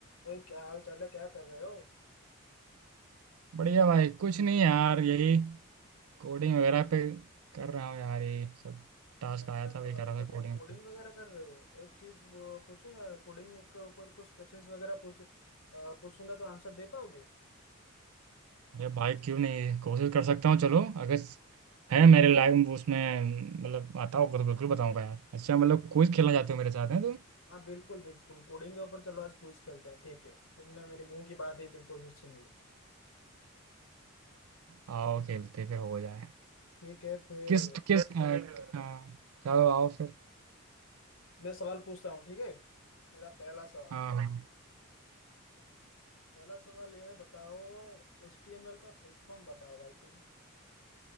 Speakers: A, on the left (about 65°); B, on the right (about 75°).
A: अरे क्या हाल चाल है क्या कर रहे हो
B: बढ़िया भाई कुछ नहीं यार यही कोडिंग वगैरह पे कर रहा हूँ यार यही सब टास्क
A: अच्छा
B: आया
A: क-
B: था वही कर रहा
A: तो
B: था
A: तुम
B: कोडिंग
A: कोडिंग वगैरह कर रहे हो एक चीज वो पूछूं या कोडिंग के ऊपर कुछ क्वेश्चंस वगैरह पूछ अ, पूछूंगा तो आंसर दे पाओगे
B: अरे भाई क्यों नहीं कोशिश कर सकता हूँ चलो अगर स- है मेरे लाइफ में उसमें मतलब आता होगा तो बिल्कुल बताऊंगा यार अच्छा मतलब क्विज खेलना चाहते हो मेरे साथ हैं तुम
A: हाँ बिल्कुल बिल्कुल कोडिंग के ऊपर चलो आज क्विज खेलते हैं ठीक है तुमने मेरे मुंह की बात ही बिल्कुल से छीन ली
B: आओ खेलते फिर हो जाए
A: ठीक है फिर
B: किस किस अ, हाँ चलो आओ फिर
A: मैं सवाल पूछता हूँ ठीक है मेरा पहला सवाल
B: हाँ हाँ
A: पहला सवाल यह है बताओ एच टी एम एल का फुल फॉर्म बताओ भाई तुम